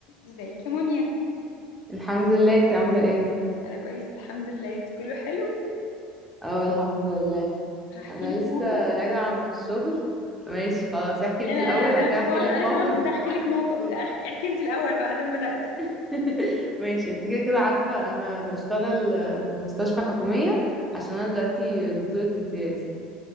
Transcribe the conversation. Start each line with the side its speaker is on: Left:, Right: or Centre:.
Left: ازيك يا مونيا
Centre: الحمد لله انت عاملة ايه؟
Left: انا كويس الحمد لله انت كله حلو
Centre: اه الحمد لله
Left: هحكي
Centre: انا
Left: لك
Centre: لسه
Left: موقف
Centre: راجعة من الشغل ماشي خلاص احكي
Left: لا
Centre: انت
Left: لا
Centre: الاول
Left: لا،
Centre: وبعد
Left: انا
Centre: كده
Left: كنت
Centre: احكي
Left: بقى...
Centre: لك
Left: انا
Centre: موقف
Left: كمان كنت هحكي
Centre: حصل
Left: لك موقف
Centre: في الشغل
Left: لا احكي, احكي انت الاول بعد ما بدأت
Centre: <laughs> ماشي انت كده كده عارفة انا بشتغل آه، في مستشفى حكومية عشان انا دلوقتي دكتورة امتياز